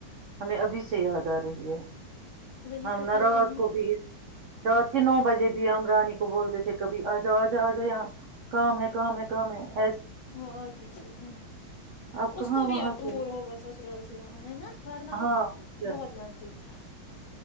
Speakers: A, on the right (about 75°); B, on the left (about 75°).
A: ہمیں ابھی سے یاد آ رہی ہے
B: وہی
A: ہم
B: تو کہہ
A: نہ رات
B: رہی ہوں
A: کو بھی رات کہ نو بجے بھی ہم رانی کو بولتے تھے کبھی آ جاؤ آ جاؤ آ جاؤ یہاں کام ہے کام ہے <unintelligible> گم <unintelligible>
B: وہ آتی تھی ہاں
A: اب
B: اس
A: کہاں
B: کو بھی
A: وہاں
B: اب دور
A: سے ہو-
B: ہوگا سسرال سے وہاں ہے نا ورنہ
A: ہاں کیا
B: بہت نزدیک تھا <unintelligible>